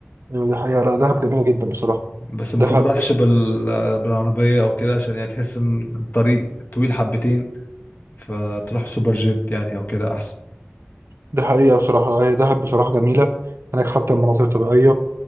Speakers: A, on the right; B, on the left.
A: ايوه دي حقيقه لا دهب جميله جدا بصراحه
B: بس ما
A: دهب
B: تطرحش بال... بالعربية او كده عشان يعني تحس ان الطريق طويل حبتين فتروح سوبر جيت يعني او كده احسن
A: دي حقيقه بصراحه هي دهب بصراحه جميله هناك حتى المناظر الطبيعيه